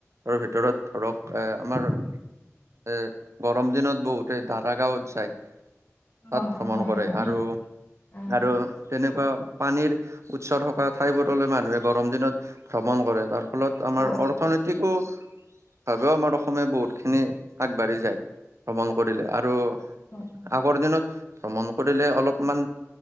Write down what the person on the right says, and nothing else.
তাৰ ভিতৰত ধৰক এ আমাৰ এ গৰম দিনত বহুতে ডাৰা গাঁৱত যায়।
তাত ভ্ৰমণ
কৰে
আৰু
আৰু তেনেকুৱা পানীৰ উৎসাহ থকা ঠাইবোৰলৈ মানুহে গৰম দিনত ভ্ৰমণ কৰে
তাৰ ফলত আমাৰ
অৰ অৰ্থনৈতিকো ভাৱেও আমাৰ অসমে বহুতখিনি আগবাঢ়ি যায়। ভ্ৰমণ কৰিলে, আৰু
আগৰ দিনত ভ্ৰমণ কৰিলে অলপমান